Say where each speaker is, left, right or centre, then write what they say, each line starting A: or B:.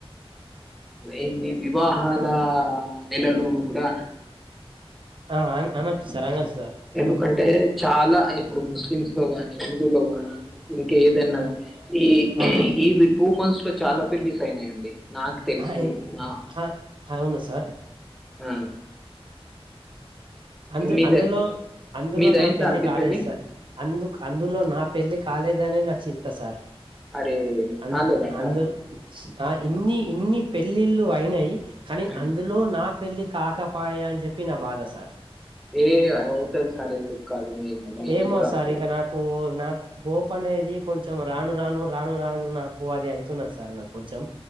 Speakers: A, in the centre; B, on the right.
A: ఎన్ని దిన నాల నెలలు గూడా
B: ఆ అన్ అనచ్చు సార్ అనచ్
A: ఎందుకంటే చాలా ఇప్పుడు ముస్లిమ్స్ లో గాని హిందుూల్లో గాని ఇంకేదన్నా ఈ
B: అవును
A: ఇవి టూ మంత్స్ లో చాలా పెళ్లి నాయండి నాకు తెలిసి
B: ఆ ఎన్
A: నా
B: ఆ అవును సార్
A: ఆ
B: అందు
A: మీద
B: అందులో అందులో
A: మీదయిందా
B: నా పెళ్లి
A: అండి
B: కాలేదు
A: పెళ్ళి
B: సార్ అందుకు అందులో నా పెళ్ళి కాలేదనే నా చింత సార్
A: అరే
B: అ
A: కాలేదా సార్
B: అందు ఆ ఇన్ని ఇన్ని పెళ్ళిళ్ళు అయినాయి కానీ
A: ఆ,
B: అందులో నా పెళ్లి కాకపాయ అని చెప్పి నా బాధ సార్
A: ఏ ఆహా ఉంటది సార్ ఏందూకు కాదు మీది
B: ఏమో
A: కూడా
B: సార్
A: ఆ
B: ఇక నాకు నాకు హోప్ అనేది కొంచెం రాను రాను రాను రాను నాకు అది అవుతున్నది. సార్ నాకు కొంచెం